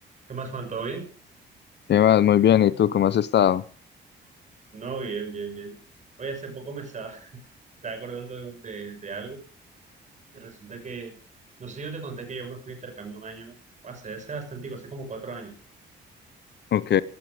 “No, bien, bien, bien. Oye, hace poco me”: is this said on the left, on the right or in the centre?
Right